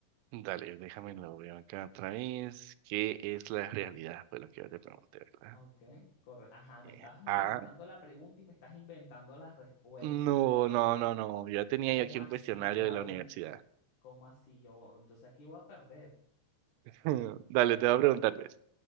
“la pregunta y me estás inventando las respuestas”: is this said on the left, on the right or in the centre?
Left